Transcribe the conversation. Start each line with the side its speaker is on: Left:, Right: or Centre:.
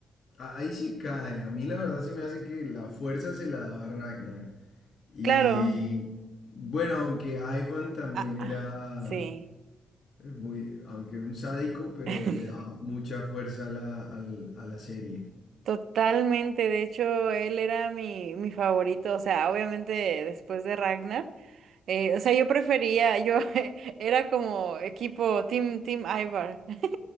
Left: a- ahí se cae. A mí la verdad se me hace que la fuerza se la daba Ragnar. Y
Right: Claro.
Left: bueno, aunque Ivan también
Right: Ah,
Left: era
Right: ah, sí.
Left: muy, aunque un sádico, pero
Right: <laughs>
Left: le daba mucha fuerza a la, al- a la serie.
Right: Totalmente, de hecho, él era mi, mi favorito, o sea, obviamente después de Ragnar, eh, o sea, yo prefería, yo <laughs> era como equipo Team, Team Ivar. <laughs>